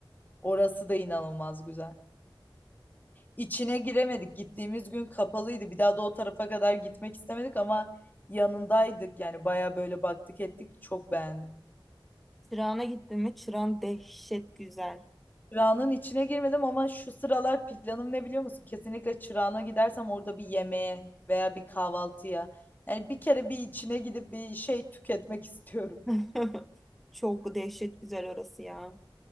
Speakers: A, on the left; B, in the centre.
A: Orası da inanılmaz güzel. İçine giremedik gittiğimiz gün kapalıydı bir daha da o tarafa kadar gitmek istemedik ama yanındaydık yani baya böyle baktık ettik çok beğendim.
B: Çırağan'a gittin mi? Çırağan dehşet güzel.
A: Çırağan'ın içine girmedim ama şu sıralar planım ne biliyor musun? Kesinlikle Çırağan'a gidersem orada bir yemeğe veya bir kahvaltıya. Yani bir kere bir içine gidip bir şey tüketmek <laughs> istiyorum.
B: <laughs> Çok dehşet güzel orası ya.